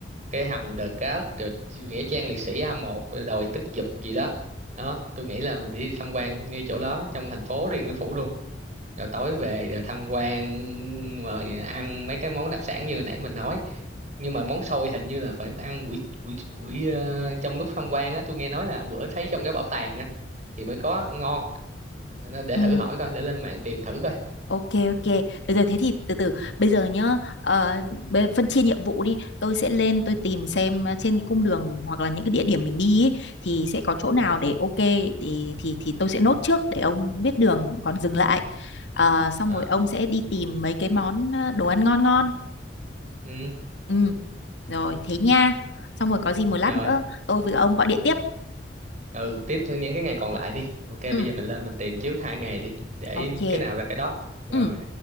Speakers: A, on the right (about 40°); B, on the left (about 80°).
A: cái hầm The Cát rồi nghĩa trang liệt sĩ A1 rồi đồi Tức Dục gì đó đó tôi nghĩ là mình đi tham quan ngay chỗ đó trong thành phố Điện Biên Phủ luôn rồi tối về rồi tham quan rồi ăn mấy cái món đặc sản như nãy mình nói nhưng mà món xôi hình như là phải ăn buổi buổi buổi ờ, trong lúc tham quan á tôi nghe nói là bữa thấy trong cái bảo tàng á thì mới có ngon nên để
B: Ừ.
A: thử hỏi coi để lên mạng tìm thử coi
B: Ok ok, được rồi thế thì từ từ bây giờ nhá ờ, bây giờ phân chia nhiệm vụ đi, tôi sẽ lên tôi tìm xem ờ, trên cái cung đường hoặc là những cái địa điểm mình đi ý, thì sẽ có chỗ nào
A: ờ
B: để ok thì thì thì tôi sẽ nốt trước để ông biết đường còn dừng lại. Ờ, xong
A: à.
B: rồi ông sẽ đi tìm mấy cái món ờ, đồ ăn ngon ngon.
A: Ừ.
B: Ừ, rồi thế nha. Xong rồi có gì một lát
A: rồi
B: nữa tôi với ông gọi điện tiếp.
A: ừ tiếp những cái ngày còn lại đi ok
B: Ừ,
A: bây giờ mình lên mình tìm trước hai ngày đi để
B: ok.
A: cái nào ra cái đó rồi
B: Ừ.